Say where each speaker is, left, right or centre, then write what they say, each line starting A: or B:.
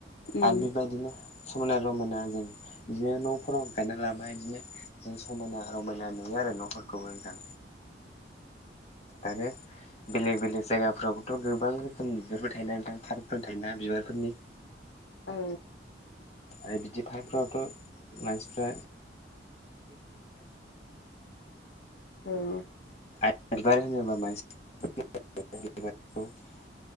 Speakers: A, on the left (about 65°); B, on the left (about 35°).
A: उम
B: आरो बेबायदिनो समायना रमा जों बिदिनो नफोराव गायना लाबाय बिदिनो जों समायना रमायना नुयो आरो नफोरखौबो नोंथां आरोे। बेलेग बेलेग जायगाफोरावथ गोबां रोखोम बिबारफोर थायोन नोंथां पार्कफोर थायोना बिबारफोरनि
A: औ।
B: आरो बिदि पार्कफोरावथ मानसिफ्रा।
A: औ।
B: <unintelligible>